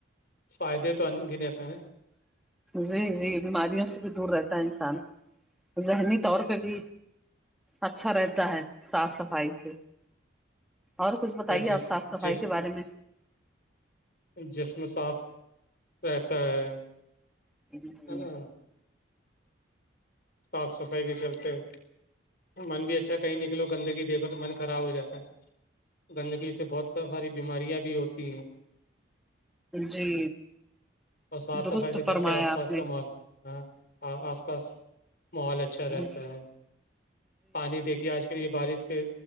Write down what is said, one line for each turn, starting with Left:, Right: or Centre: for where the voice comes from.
Left: فائدے تو ان گنتھ ہے نا
Centre: جی جی بیماریوں سے بھی دور رہتا ہے انسان ذہنی طور پہ بھی اچھا رہتا ہے صاف صفائی سے اور کچھ بتائیے
Left: جس
Centre: آپ صاف صفائی
Left: جس
Centre: کے بارے میں
Left: جسم صاف رہتا ہے
Centre: جی
Left: ہے
Centre: جی
Left: نا صاف صفائی کے چلتے من بھی اچھا کہیں نکلو گندگییکھو تو من خراب ہو جاتا ہے گندگی سے بہت ساری بیماریاں بھی ہوتی ہیں
Centre: جی
Left: اور صاف
Centre: درست
Left: صفائی کے
Centre: فرمایا
Left: گھر کے آس پاس
Centre: آپ نے
Left: کا ما ہاں آس پاس ماحول اچھا رہتا
Centre: جی
Left: ہے پانی دیکھیے آج کل یہ بارش کے